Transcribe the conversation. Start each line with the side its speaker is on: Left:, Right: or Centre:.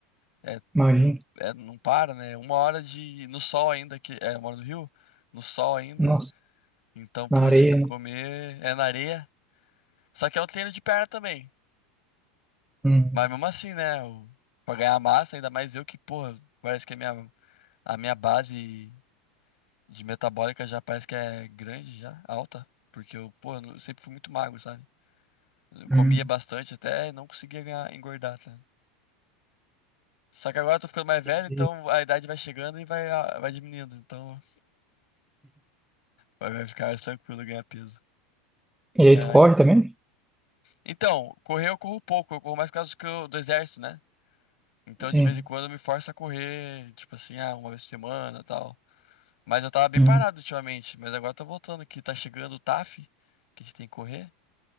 Left: É,
Centre: imagina.
Left: não, é, não para, né? Uma hora de... No sol ainda, que... É, eu moro no Rio. No sol ainda.
Centre: Nossa,
Left: Então, pô,
Centre: na areia,
Left: tinha que comer...
Centre: né?
Left: É na areia. Só que é um treino de perna também.
Centre: Hum,
Left: Mas mesmo assim, né? o- Pra ganhar massa, ainda mais eu que, porra, parece que a minha, a minha base de metabólica já parece que é grande, já, alta. Porque eu, pô, eu não- sempre fui muito magro, sabe? Eu comia
Centre: hum.
Left: bastante até e não conseguia ganhar, engordar, tá? Só que agora eu tô ficando mais velho, então
Centre: E,
Left: a idade vai chegando e vai, a- vai diminuindo. Então vai vai ficar mais tranquilo ganhar peso.
Centre: e aí
Left: Caraca.
Centre: tu corre também?
Left: Então, correr eu corro pouco, eu corro mais por causa que eu- do exército, né? Então
Centre: Sim.
Left: de vez em quando eu me forço a correr, tipo assim, ah, uma vez por semana e tal. Mas eu tava bem
Centre: Hum.
Left: parado ultimamente, mas agora eu tô voltando, que tá chegando o TAF, que a gente tem que correr,